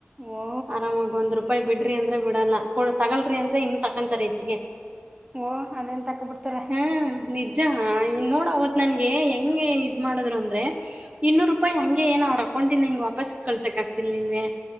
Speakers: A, on the right (about 20°); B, on the right (about 35°).
A: ಓ
B: ಆರಾಮಾಗಿ ಒಂದ್ ರೂಪಾಯಿ ಬಿಡ್ರಿ ಅಂದ್ರೆ ಬಿಡಲ್ಲ ಕೊ ತಗಳ್ರಿ ಅಂದ್ರೆ ಇನ್ನು ತಕೊಂತಾರೆ ಹೆಚ್ಚಿಗೆ.
A: ಓ ಅದೇನ್ ತಕ ಬಿಡ್ತಾರ.
B: ಹಾ ನಿಜ ನೋಡ್ ಅವತ್ ನನ್ಗೆ ಹೆಂಗ ಇದ್ ಮಾಡದ್ರು ಅಂದ್ರೆ. ಇನ್ನೂರು ರೂಪಾಯಿ ಹಾಂಗೆ ಏನೊ ಅವರ್ ಅ ಅಕೌಂಟೆಂದ್ ಹಂಗೆ ವಾಪಸ್ ಕಳ್ಸಕ್ ಆಗ್ತಿರ್ಲಿಲ್ವೇ